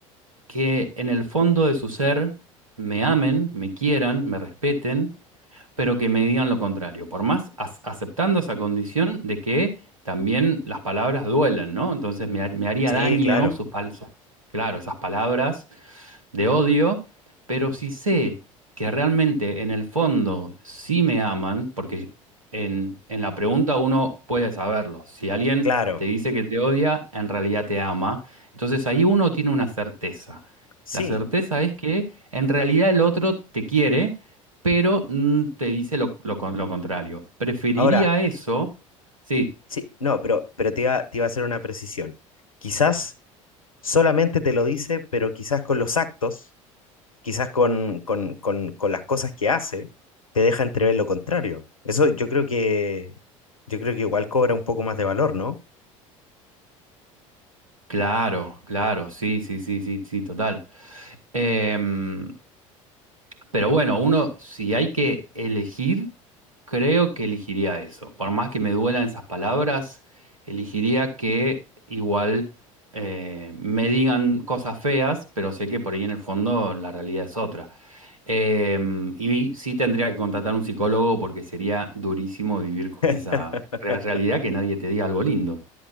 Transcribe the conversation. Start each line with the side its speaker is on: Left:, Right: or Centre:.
Right: que en el fondo de su ser me amen, me quieran, me respeten, pero que me digan lo contrario. Por más as- aceptando esa condición de que también las palabras duelen, ¿no? Entonces me, ha- me haría
Left: sí,
Right: daño
Left: claro.
Right: sus, pal- sus- claro, esas palabras de odio, pero si sé que realmente en el fondo sí me aman, porque en, en la pregunta uno puede saberlo, si alguien
Left: Claro.
Right: te dice que te odia, en realidad te ama, entonces ahí uno tiene una certeza.
Left: Sí.
Right: La certeza es que en realidad el otro te quiere, pero mm, te dice lo, lo con- lo contrario. Preferiría
Left: Ahora,
Right: eso, sí,
Left: sí, no, pero, pero te iba, te iba a hacer una precisión. Quizás solamente te lo dice, pero quizás con los actos quizás con, con, con, con las cosas que hace, te deja entrever lo contrario. Eso yo creo que, yo creo que igual cobra un poco más de valor, ¿no?
Right: claro, claro, sí, sí, sí, sí, sí, total. Em, Pero bueno, uno, si hay que elegir, creo que elegiría eso. Por más que me duelan esas palabras, elegiría que igual eh, me digan cosas feas, pero sé que por ahí en el fondo la realidad es otra. Em, y sí tendría que contratar un psicólogo porque sería durísimo vivir con
Left: <laughs>
Right: esa re- realidad que nadie te diga algo lindo.